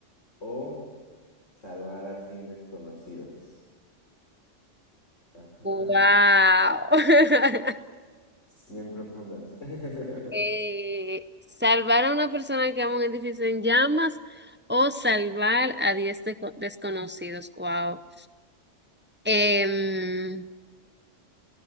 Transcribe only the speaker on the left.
o salvar a 100 desconocidos? Ajá,
bien profundas. <laughs>